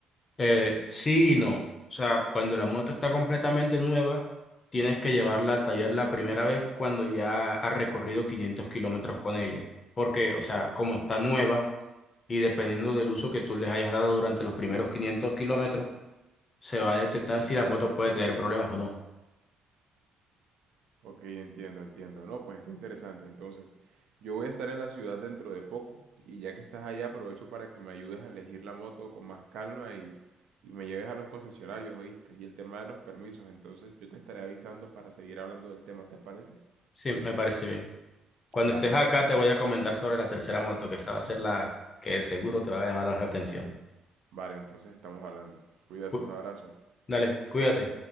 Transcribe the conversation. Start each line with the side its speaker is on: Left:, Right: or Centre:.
Left: Eh, sí y no. O sea, cuando la moto está completamente nueva, tienes que llevarla al taller la primera vez cuando ya has recorrido 500 kilómetros con ella. Porque, o sea, como está nueva y dependiendo del uso que tú les hayas dado durante los primeros 500 kilómetros, se va a detectar
Right: Ok,
Left: si
Right: ok.
Left: la moto puede tener problemas o no.
Right: Ok, entiendo, entiendo. No, pues está interesante. Entonces, yo voy a estar en la ciudad dentro de poco y ya que estás allá aprovecho para que me ayudes a elegir la moto con más calma y, y me lleves a los concesionarios, ¿oíste? Y el tema de los permisos. Entonces, yo te estaré avisando para seguir hablando del tema, ¿te parece?
Left: Sí, me parece bien. Cuando
Right: Dale,
Left: estés
Right: pues,
Left: acá,
Right: entonces.
Left: te voy a comentar sobre la tercera moto, que esa va a ser la que seguro te va a llamar más la atención.
Right: Vale, entonces estamos hablando. Cuídate,
Left: Cu-
Right: un abrazo.
Left: Dale, cuídate.